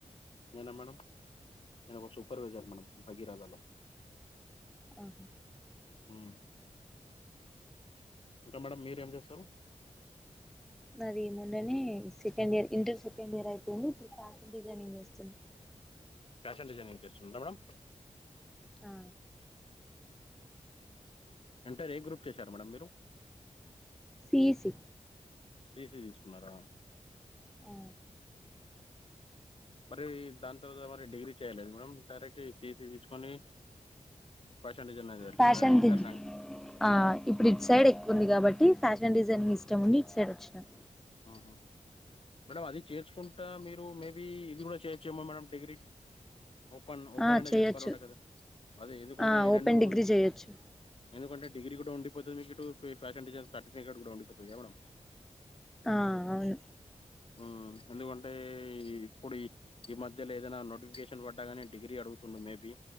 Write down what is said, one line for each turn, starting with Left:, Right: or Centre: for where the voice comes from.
Left: నేనా మేడం నేను ఒక సూపర్వైజర్ మేడం భగీరథలో.
Centre: ఆహా.
Left: హ్ ఇంకా మేడమ్ మీరు ఏం చేస్తరు?
Centre: నాది మొన్ననే second year inter second year అయిపోయింది, ఇప్పుడు ఫ్యాషన్ డిజైనింగ్ చేస్తున్నా.
Left: ఫ్యాషన్ డిజైనింగ్ చేస్తుంర్రా మేడం.
Centre: ఆ
Left: ఇంటర్ ఏ గ్రూప్ చేశారు మేడం మీరు?
Centre: సిఇసి.
Left: సిఇసి తీసుకున్నారా.
Centre: ఆ
Left: మరి దాని తర్వాత మరి డిగ్రీ చేయలేదు మేడం డైరెక్టీ. సిఇసి తీసుకొని ఫ్యాషన్ డిజైనింగ్ వైపు ఎళిపోయార
Centre: ఫ్యాషన్
Left: ఇంటర్
Centre: ది
Left: కాంగా.
Centre: ఆ ఇప్పుడు ఇటు సైడ్ ఎక్కువ ఉంది కాబట్టి ఫ్యాషన్ డిజైనింగ్ ఇష్టం ఉండి ఇటు సైడ్ వచ్చినాను.
Left: ఆహా. మేడం అది చేసుకుంటా మీరు మేబీ ఇది కూడా చెయ్యోచ్చేమో మేడం డిగ్రీ. ఓపెన్ ఓపెన్
Centre: ఆ
Left: అయినా
Centre: చేయొచ్చు
Left: చేసుకోవల ఉండే కదా అదే ఎందుకంటే
Centre: ఆ
Left: ఈ
Centre: ఓపెన్
Left: రెండు
Centre: డిగ్రీ చేయొచ్చు
Left: ఎందుకంటే డిగ్రీ కూడా ఉండిపోతది మీకు ఇటు, ఫ్యాషన్ డిజైన్ సర్టిఫికేట్ కూడా ఉండిపోతది కదా మేడం.
Centre: ఆ అవును.
Left: హు ఎందుకంటే ఇప్పుడు ఈ ఈ మధ్యల ఏదైనా నోటిఫికేషన్ పడ్డాగానే డిగ్రీ అడుగుతుండు మేబి,